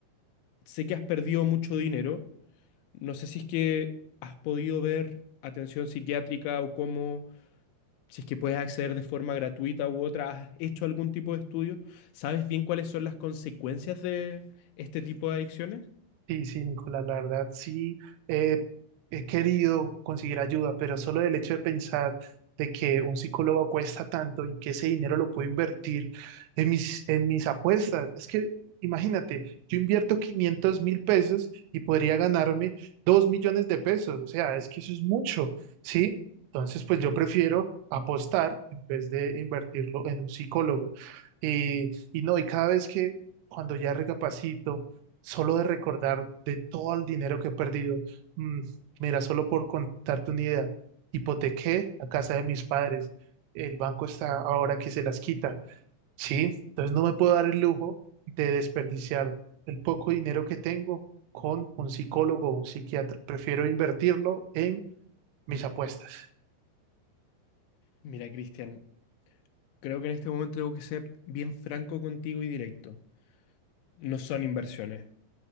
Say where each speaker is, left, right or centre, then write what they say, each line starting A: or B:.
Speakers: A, on the left; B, on the right.
A: Sé que has perdido mucho dinero. No sé si es que has podido ver atención psiquiátrica o cómo, si es que puedes acceder de forma gratuita u otra, ¿has hecho algún tipo de estudio? ¿Sabes bien cuáles son las consecuencias de este tipo de adicciones?
B: Sí, sí, Nicolás, la verdad sí eh, he querido conseguir ayuda, pero solo el hecho de pensar de que un psicólogo cuesta tanto y que ese dinero lo puedo invertir en mis, en mis apuestas. Es que imagínate, yo invierto quinientos mil pesos y podría ganarme 2 millones de pesos, o sea, es que eso es mucho, ¿sí? Entonces, pues yo prefiero apostar en vez de invertirlo en un psicólogo. Y, y no, y cada vez que cuando ya recapacito solo de recordar de todo el dinero que he perdido. Mm, mira, solo por contarte una idea, hipotequé la casa de mis padres. El banco está ahora que se las quita. Sí, entonces no me puedo dar el lujo de desperdiciar el poco dinero que tengo con un psicólogo o un psiquiatra. Prefiero invertirlo en mis apuestas.
A: Mira, Cristian, creo que en este momento tengo que ser bien franco contigo y directo. No son inversiones.